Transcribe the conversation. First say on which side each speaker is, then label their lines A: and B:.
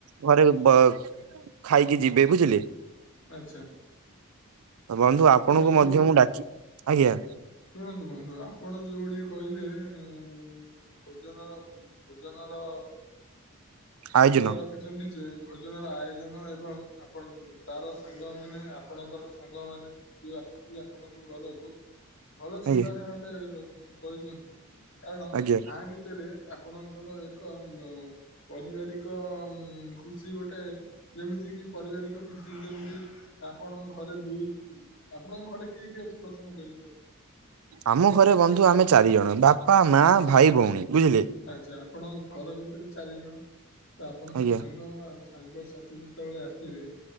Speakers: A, on the right (about 80°); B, on the left (about 60°).
A: ଘରେ ବ ଖାଇକି ଯିବେ ବୁଝିଲେ।
B: ଆଚ୍ଛା।
A: ବନ୍ଧୁ ଆପଣଙ୍କୁ
B: ତ ବନ୍ଧୁ
A: ମଧ୍ୟ ମୁଁ ଡାକି ଆଜ୍ଞା।
B: ଶୁଣନ୍ତୁ ବନ୍ଧୁ ଆପଣ ଯୋଉ ଭଳି କହିଲେ-ଏ-ଏ-ଏ-ଉ-ଉ ଭୋଜନର ଭୋଜନ ର
A: ଆୟୋଜନ
B: ଉପାୟର ରଖିଛନ୍ତି ଯେ ଭୋଜନର ଆୟୋଜନ ଏବଂ ଆପଣ ତାର ସାଙ୍ଗ ମାନେ ଆପଣଙ୍କର ସାଙ୍ଗ ମାନେ <unintelligible> ଆପଣଙ୍କ ଘରକୁ ଭଲ ଚିନ୍ତାଧାରାଟେ-ଏ-ଏ
A: ଆଜ୍ଞା।
B: କରିଛନ୍ତି। କାରଣ
A: ଆଜ୍ଞା
B: ଆହା ଭିତରେ ଆପଣଙ୍କର ଏକ ଉ-ଉ ପରିବାରିକ-ଅ-ଅ-ଅ-ମ୍ ଖୁସି ଗୋଟେ ଯେମିତି କି ପରିବାରିକ ଖୁସି ଯେମି ତି ଆପଣଙ୍କ ଘରେ ଦୁଇ ଆପଣଙ୍କ ଘରେ କିଏ କିଏ ଅଛନ୍ତି ପ୍ରଥମେ କହିଲେ ମତେ?
A: ଆମ ଘରେ ବନ୍ଧୁ ଆମେ ଚାରି ଜଣ। ବାପା, ମା, ଭାଇ ଭଉଣୀ ବୁଝିଲେ।
B: ଆଛା ଆପଣଙ୍କ ଘର ଭିତରେ ଚାରି ଜଣ ତ ଆପଣଙ୍କ
A: ଆଜ୍ଞା।
B: ସାଙ୍ଗ-ଅ-ଅ-ଅ ସାଙ୍ଗସାଥି ଯେତେବେଳେ ଆସିବେ